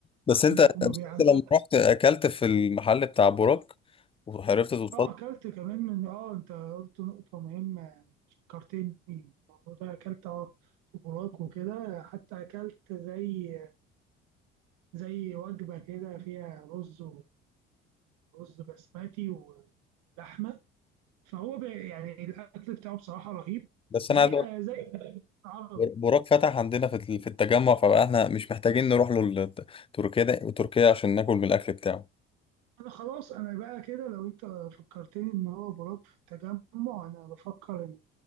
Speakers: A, on the left (about 15°); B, on the right (about 60°).
A: بس انت
B: إن هم
A: بس انت
B: بي- عندهم
A: لما رحت اكلت في المحل بتاع بوراك وعرفت توصل
B: اه اكلت كمان من اه انت قلت نقطة مهمة كارتيني الموضوع ده اكلت اه في بوراك وكده حتى اكلت زي زي وجبة كده فيها رز ورز بسمتي ولحمة فهو بي يعني الاكل بتاعه بصراحة رهيب
A: بس
B: زي
A: انا عايز اقول
B: زي عربي
A: لك، بوراك فتح عندنا في ال- في التجمع فبقى احنا مش محتاجين نروح له ال- تركيا ده وتركيا عشان ناكل من الاكل بتاعه
B: انا خلاص انا بقى كده لو انت فكرتني ان هو بوراك في التجمع انا بفكر